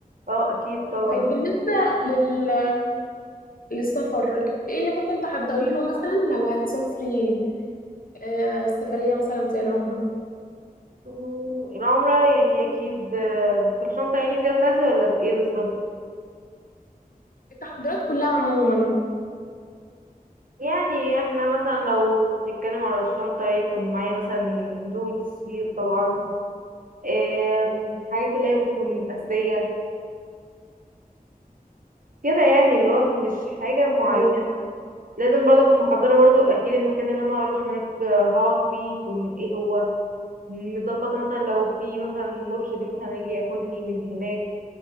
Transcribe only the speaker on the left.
طيب بالنسبة لل... للسفر ايه اللي ممكن تحضري له مثلا لو هتسافري آه سفرية مثلا زي العمرة
التحضيرات كلها عموما
اه